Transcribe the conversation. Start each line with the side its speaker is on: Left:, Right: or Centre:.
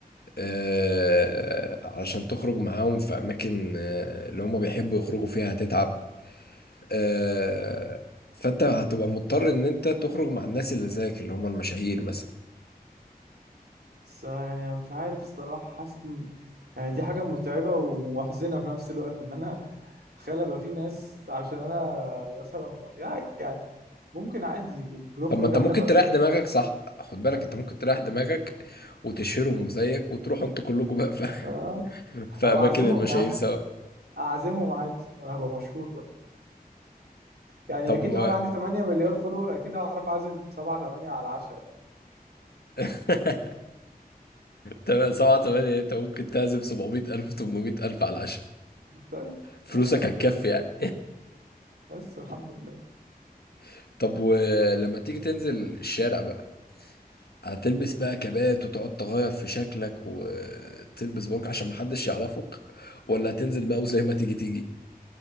Left: آه، علشان تخرج معاهم في اماكن آه، اللي هم بيحبوا يخرجوا فيها هتتعب آه، فانت هتبقى مضطر ان انت تخرج مع الناس اللي زيك اللي هم المشاهير مثلا
Right: بس يعني انا مش عارف الصراحه حاسس إن- يعني دي حاجه متعبه ومحزنه في نفس الوقت ان انا تخيل ابقى في ناس عشان انا مثلا يا- يعني ممكن عادي يبقوا بنخرج
Left: طب ما انت
Right: احنا
Left: ممكن
Right: في اماكن
Left: تريح دماغك
Right: ده
Left: صح خد بالك انت ممكن تريح دماغك وتشيرهم زيك وتروحوا انتوا كلكم بقى في,
Right: اه
Left: <laughs> في
Right: او
Left: اماكن
Right: اعزمهم
Left: المشاهير
Right: يا عم
Left: سوا
Right: اعزمهم عادي وانا هبقى مشهور بقى يعني
Left: طب
Right: اكيد
Left: و-
Right: لو انا عندي 8 مليار فولور اكيد هعرف اعزم 7 8 على العشاء
Left: <laughs> تمام، سبعة تمانية انت ممكن تعزم 700 ألف 800 ألف على العشاء
Right: يعني طيب
Left: فلوسك
Right: يعني
Left: هتكفي يعني
Right: بس الحمد لله
Left: <laughs> طب ولما تيجي تنزل الشارع بقى هتلبس بقى كبات وتقعد تغير في شكلك وتلبس برك عشان محدش يعرفك ولا هتنزل بقى وزي ما تيجي تيجي